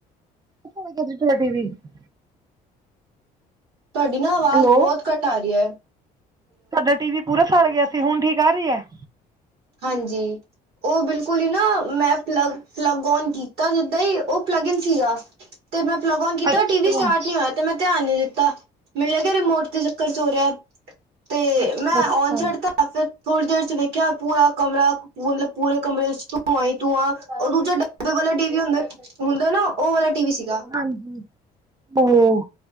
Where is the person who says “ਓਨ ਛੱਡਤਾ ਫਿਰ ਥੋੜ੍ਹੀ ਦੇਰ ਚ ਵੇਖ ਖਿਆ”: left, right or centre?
Right